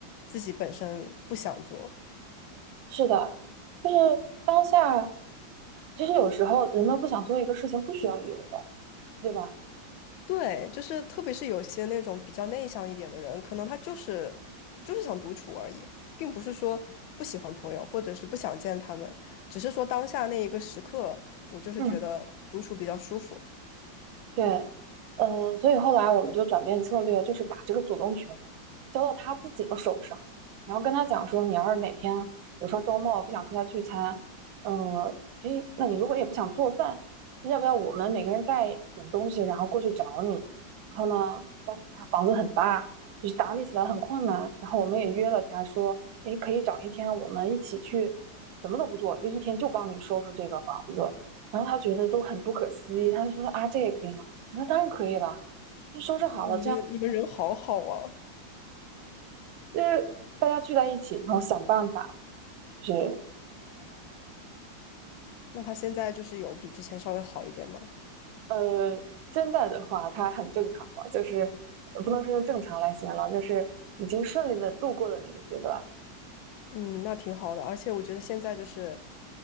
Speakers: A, on the left (about 80°); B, on the right (about 80°).
A: 自己本身不想做。
B: 是的，就是当下，其实有时候人们不想做一个事情，不需要理由的，对吧？
A: 对，就是特别是有些那种比较内向一点的人，可能他就是就是想独处而已，并不是说不喜欢朋友，或者是不想见他们，只是说当下那一个时刻，我就是觉得独处比较舒服。
B: 嗯。对，呃，所以后来我们就转变策略，就是把这个主动权交到他自己的手上，然后跟他讲说，你要是哪天，比如说周末不想出来聚餐，呃，诶，那你如果也不想做饭，要不要我们每个人带点东西，然后过去找你？然后呢，包括他房子很大，就是打理起来很困难，然后我们也约了他说，诶，可以找一天我们一起去，什么都不做，就一天就帮你收拾这个房子。然后他觉得都很不可思议，他就说啊，这也可以吗？那当然可以了，就收拾好了，
A: 哦，你们你们人好好啊！
B: 这样就是大家聚在一起，然后想办法，就是
A: 那他现在就是有比之前稍微好一点吗？
B: 呃，现在的话它很正常了，就是呃不能说用正常来形容了就是已经顺利的度过了那个阶段。
A: 嗯，那挺好的，而且我觉得现在就是，